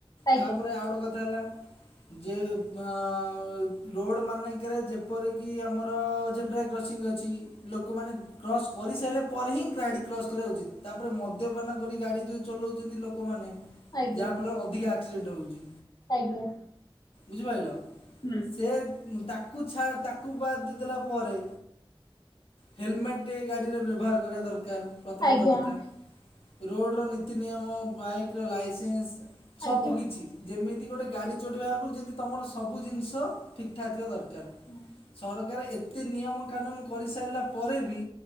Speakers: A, on the left; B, on the left.
A: ଆଜ୍ଞା
B: ତାପରେ ଆଉ ଗୋଟେ କଥା ହେଲା ଯେ ପା ରୋଡ଼ ମାନେଙ୍କରେ ଯେପରିକି ଆମର ଜେବ୍ରା କ୍ରସିଂ ଅଛି। ଲୋକମାନେ କ୍ରସ୍ କରିସାରିଲା ପରେ ହିଁ ଗାଡି କ୍ରସ କରିବା ଉଚିତ ତାପରେ ମଦ୍ୟପାନ କରି ଗାଡି ଯୋଉ ଚଲୋଉଛନ୍ତି ଲୋକମାନେ
A: ଆଜ୍ଞା
B: ଯାହା ଫଳ ଅଧିକା ଆକ୍ସିଡେଣ୍ଟ ହଉଛି।
A: ଆଜ୍ଞା।
B: ବୁଝିପାରିଲ।
A: ହୁଁ।
B: ସେ ତାକୁ ଛା ତାକୁ ବାଦ୍ ଦେଇ ଦେଲା ପରେ ହେଲମେଟ୍ ଟିଏ ଗାଡ଼ିରେ ବ୍ୟବହାର କରିବା ଦର କାର ପ୍ରଥମତଃ
A: ଆଜ୍ଞା
B: କଥା ରୋଡ ର ନୀତି ନିୟମ ବାଇକ ର ଲାଇସେନ୍ସ ସବୁକିଛି
A: ଆଜ୍ଞା
B: ଯେମିତି ଗୋଟେ ଗାଡ଼ି ଚଢ଼ିବା ଆଗରୁ ଯେମିତି ତୁମର ସବୁ ଜିନିଷ ଠିକ ଠାକ୍ ଥିବା ଦରକାର।
A: ହୁଁ।
B: ସରକାର ଏତେ ନିୟମ କାନୁନ କରିସାରିଲା ପରେ ବି